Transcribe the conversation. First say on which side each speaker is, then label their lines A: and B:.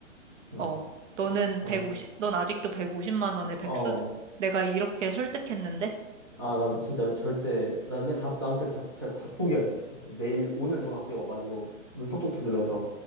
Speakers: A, on the right; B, on the right.
A: 나,
B: 어, 너는
A: 나,
B: 백 오십 넌 아직도 150만 원의
A: 어.
B: 백수, 내가 이렇게 설득했는데?
A: 아, 나 진짜 절대, 난 그냥 다, 난 진짜, 다- 진짜 다 포기할 수 있어. 내일, 오늘 누가 갑자기 와가지고 문 톡톡 두드려서